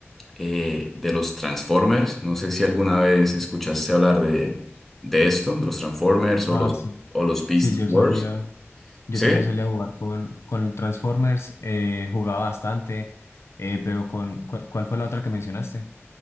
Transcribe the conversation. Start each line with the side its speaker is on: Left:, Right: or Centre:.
Centre: eh, de los Transformers. No sé si alguna vez escuchaste hablar de, de esto, de los Transformers o
Left: Ah,
Centre: los,
Left: sí.
Centre: o los Beast
Left: Sí, yo
Centre: Wars.
Left: solía, yo
Centre: ¿Sí?
Left: también solía jugar con, con Transformers, eh, jugaba bastante, eh, pero con, ¿cuál, cuál fue la otra que mencionaste?